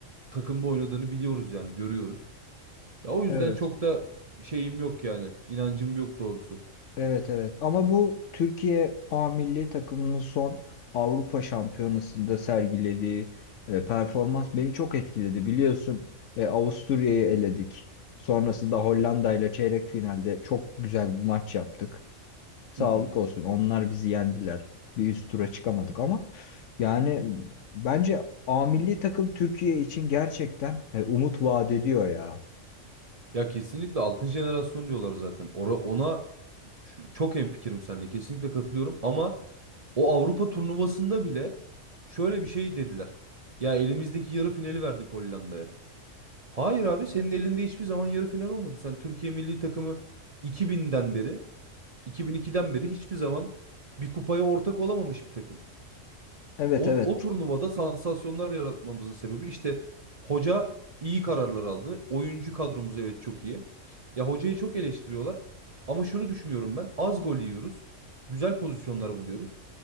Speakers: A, on the right; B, on the left.
A: takımda oynadığını biliyoruz yani görüyoruz. Ya o yüzden
B: Evet.
A: çok da şeyim yok yani. İnancım yok doğrusu.
B: Evet evet. Ama bu Türkiye A milli takımının son Avrupa Şampiyonası'nda sergilediği e, performans beni çok etkiledi. Biliyorsun e, Avusturya'yı eledik. Sonrasında Hollanda ile çeyrek finalde çok güzel bir maç yaptık. Sağlık
A: Hı hı.
B: olsun. Onlar bizi yendiler. Bir üst tura çıkamadık ama yani bence A milli takım Türkiye için gerçekten e, umut vaat ediyor ya.
A: Ya kesinlikle altın jenerasyon diyorlar zaten. Ora, ona ç- çok hemfikirim seninle. Kesinlikle katılıyorum ama o Avrupa turnuvasında bile şöyle bir şey dediler. Ya elimizdeki yarı finali verdik Hollanda'ya. Hayır abi senin elinde hiçbir zaman yarı final olmadı. Sen Türkiye milli takımı 2000'den beri, 2002'den beri hiçbir zaman bir kupaya ortak olamamış bir takım.
B: Evet
A: O,
B: evet.
A: o turnuvada sansasyonlar yaratmamızın sebebi işte hoca iyi kararlar aldı. Oyuncu kadromuz evet çok iyi. Ya hocayı çok eleştiriyorlar. Ama şunu düşünüyorum ben. Az gol yiyoruz. Güzel pozisyonlar buluyoruz.